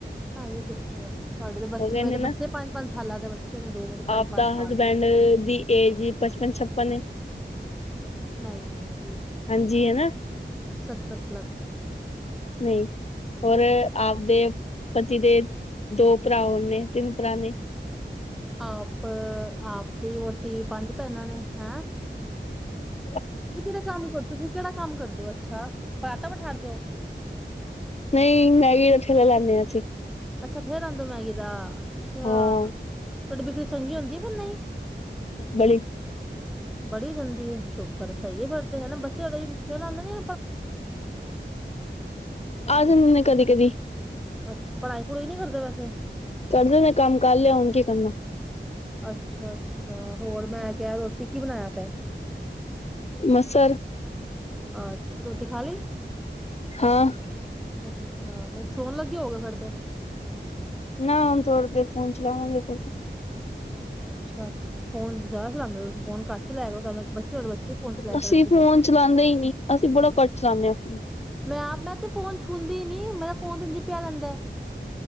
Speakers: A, in the centre; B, on the left (about 35°).
A: ਹਾਂਲੇ ਕਿੱਥੇ ਸਾਡੇ ਤਾਂ ਬੱਚੇ
B: ਹੋ ਗਏ
A: ਮੇਰੇ
B: ਨੇ ਨਾ
A: ਬੱਚੇ ਸਾਲਾਂ ਦੇ ਬੱਚੇ ਨੇ ਦੋ ਮੇਰੇ
B: ਆਪਦਾ
A: ਸਾਲ
B: ਹਸਬੈਂਡ
A: ਦੇ
B: ਦੀ ਏਜ ਪਚਪਨ ਛਪਨ ਏ
A: ਨਹੀਂ ਨਹੀਂ ਜੀ ਨਹੀਂ
B: ਹਾਂਜੀ ਹਨਾ
A: ਸੱਤਰ ਪਲਸ ਹੈ
B: ਨਹੀਂ ਹੋਰ ਆਪਦੇ ਪਤੀ ਦੇ ਦੋ ਭਰਾ ਹੋ ਨੇ ਤਿੰਨ ਭਰਾ ਨੇ
A: ਆਪ ਆਪ ਦੀ ਵੋਟੀ ਪੰਜ ਭੈਣ ਨੇ ਹੈਂ
B: ਹਮ
A: ਤੁਸੀਂ ਕਿਹੜੇ ਕੰਮ ਕਰਦੇ ਤੁਸੀਂ ਕਿਹੜਾ ਕੰਮ ਕਰਦੇ ਹੋ ਅੱਛਾ <unintelligible> ਦਿਓ
B: ਨਹੀਂ ਮੈਗੀ ਦਾ ਛਲਾ ਲਾਦੇ ਹਾਂ ਅਸੀਂ
A: ਅੱਛ <unintelligible> ਮੈਗੀ ਦਾ ਅੱਛਾ
B: ਹਾਂ
A: ਤੁਹਾਡੀ ਬਕਰੀ ਚੰਗੀ ਹੁੰਦੀ ਆ ਫਿਰ ਨਹੀਂ
B: ਬੜੀ
A: ਬੜੀ ਹੋ ਜਾਂਦੀ ਹੈ ਸੁਕ ਫਰਸਾਈਏ ਫਰ ਤੇ ਹਨਾ ਬੱਚੇਠੇਲ ਆਉਂਦੇ
B: ਅਜੇ <unintelligible> ਕਦੀ ਕਦੀ
A: ਅੱਛਾ ਪੜ੍ਹਾਈ ਪੜ੍ਹੂਈ ਨਹੀਂੀ ਕਰਦੇ ਵੈਸੇ
B: ਕਰਦੇ ਨੇ ਕੰਮ ਕਰ ਲਿਆ ਹੁਣ ਕੀ ਕਰਨਾ
A: ਅੱਛਾ ਅੱਛਾ ਹੋਰ ਮੈਂ ਕਿਹਾ ਰੋਟੀ ਕੀ ਬਣਾਇਆ ਫਿਰ
B: ਮਸਰ
A: ਅੱਛਾ ਰੋਟੀ ਖਾ ਲਈ
B: ਹਾਂ
A: ਅੱਛਾ ਬਸ। ਸੋਨ ਲੱਗੇ <inaudible> ਫੇਰ ਤੇ
B: ਨਾ ਹੁਨ ਖੋੜੀ ਦੇਰ ਫੋਨ ਚਲਾਵਾਂਗੇ <inaudible>
A: ਅੱਛਾ, ਅੱਛਾ ਫੋਨ ਜ਼ਿਆਦਾ ਚਲਾਦੇ ਹੋ ਤੁਸੀ ਫੋਨ ਘੱਟ <inaudible> ਬੱਚੇ ਫੋਨ ਚਲਾਇਆ ਕਰਨਗੇ
B: ਅਸੀ
A: ਫਿਰ
B: ਫੋਨ
A: ਤੇ
B: ਚਲਾਂਦੇ ਹੀ ਨੀ, ਅਸੀ ਬੜਾ ਕੱਟ ਚਲਾਂਦੇ ਆਂ ਫੋਨ
A: ਮੈਂ ਆਪ ਮੈਂ ਤੇ ਫੋਨ ਛੂਂਦੀ ਨੀ ਮੇਰਾ ਫੋਨ ਤੇ ਏਜੇਂ ਪਿਆ ਰੈਂਦਾ